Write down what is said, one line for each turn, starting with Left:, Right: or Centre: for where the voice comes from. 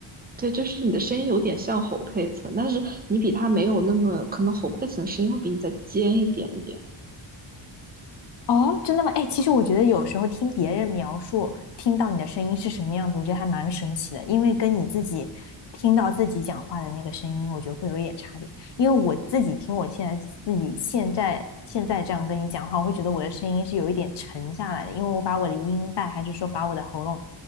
Right: 对，就是你的声音有点像侯佩岑，但是你比他没有那么，可能侯佩岑声音会比你再尖一点点。
Left: 哦，真的吗？哎，其实我觉得有时候听别人描述，听到你的声音是什么样子，我觉得还蛮神奇的，因为跟你自己听到自己讲话的那个声音，我觉得会有一点差别。因为我自己听我现在自己现在现在这样跟你讲话，我会觉得我的声音是有一点沉下来的，因为我把我的音带还是说把我的喉咙